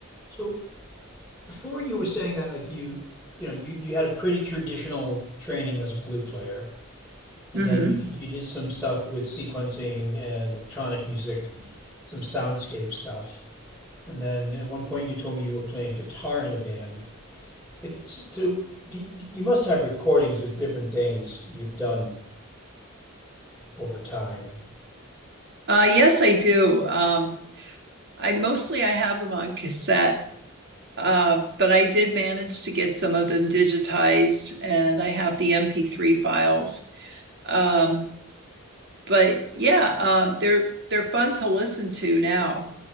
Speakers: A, in the centre; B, on the right.
A: So before you were saying that, like you, you know, you, you had a pretty traditional training as a flute player, and
B: hmm
A: then you you did some stuff with sequencing and electronic music, some soundscape stuff, and then at one point you told me you were playing guitar in a band. Like so, so you must have recordings of different things you've done over time.
B: Uh, yes, I do. Um, I mostly I have them on cassette, uh, but I did manage to get some of them digitized, and I have the MP3 files. Um, but yeah, um, they're they're fun to listen to now,